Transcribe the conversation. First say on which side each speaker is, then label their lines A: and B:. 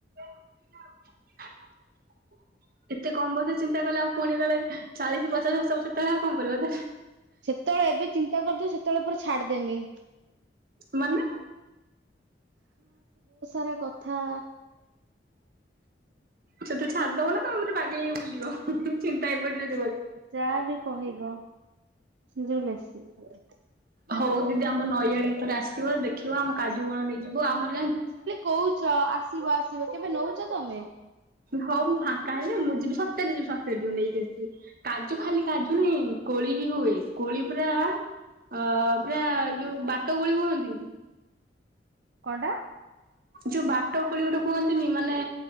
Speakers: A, on the right; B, on the right.
A: <unintelligible> ଏତେ କମ୍ ବୟସରୁ ଚିନ୍ତା କଲେ ଆଉ ପୁଣି କାଳେ ଚାଳିଶ ପଚାଶ ବର୍ଷ ହବ ସେତେବେଳେ ଆଉ କଣ କରିବ ଏବେ
B: ସେତବେଳେ ଏବେ ଚିନ୍ତା କରିଦେବି ସେତେବେଳେ ପୁରା ଛାଡି ଦେମି।
A: ମାନେ
B: କରିଆ କଥା।
A: ସେ ଟୋଟାଲ୍ ଛାଡି ଦବନା କଣ ମାନେ ପାଗେଳି ହେଇ ବୁଲିବ। ହୁମ ତୁମ ଚିନ୍ତା ହେଇପଡିିବ।
B: ଯାହା ବି କହିବ ଯୋଉ ମେସେଜ
A: ହୋଉ ଦିଦି ଆମ ନଈଆଡେ ଥରେ ଆସିବ ଦେଖିବ ଆମ କାଜୁ ବଣକୁ ନେଇଯିବ ଆମର ଯାନଚୁ
B: କହୁଚ ଆ ଆସିବ ଆସିବ କେବେ ନୋଉଚ ତମେ
A: ହଉ ମୁଁ ଫାଙ୍କା ହେଲେ ମୁଁ ଯିବି ସତରେ ଯିବି ସତରେ ଯିବ ନେଇକି ଆସିବି କାଜୁ ଖାଲି କାଜୁ ନାହିଁ କୋଳି ବି ହୁଏ କୋଳି ପୁରା ଅ ପୁରା ଯୋଉ ବାଟ କୋଳି କୁହନ୍ତି।
B: କଣଟା?
A: ଯୋଉ ବାଟ କୋଳି ଗୋଟେ କୁହନ୍ତିନି ମାନେ